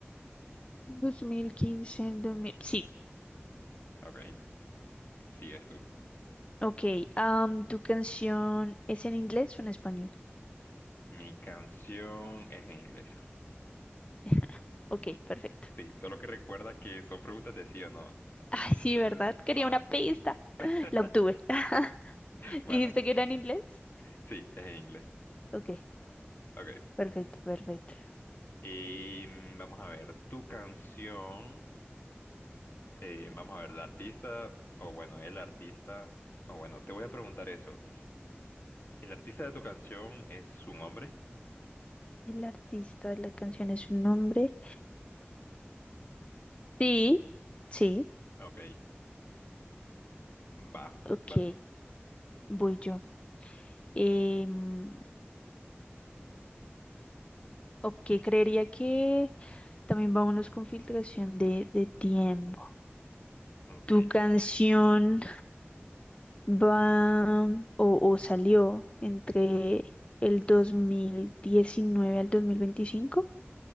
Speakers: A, on the left; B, on the left.
A: dos mil quince, dos mil... Sí,
B: Ok, sigues tú.
A: ok. am, ¿tu canción es en inglés o en español?
B: Mi canción es en inglés.
A: <laughs> Ok, perfecto.
B: Sí, solo que recuerda que son preguntas de sí o no. ¿eh?
A: Ay, sí,
B: Entonces,
A: ¿verdad? Quería
B: ajá.
A: una pista.
B: <laughs>
A: <laughs> La obtuve. <laughs>
B: Bueno,
A: ¿Dijiste que era en inglés?
B: sí, es en inglés.
A: Ok,
B: Ok.
A: perfecto, perfecto.
B: Y mm, vamos a ver, tu canción. Eh, vamos a ver, la artista, o bueno, el artista, o bueno, te voy a preguntar eso. ¿El artista de tu canción es un hombre?
A: El artista de la canción es un hombre. Sí, sí.
B: Ok, va,
A: Ok,
B: vas tú.
A: voy yo. Em, ok, creería que también vámonos con filtración de, de tiempo.
B: Ok,
A: ¿Tu canción va o, o salió entre el 2019 al dos mil veinticinco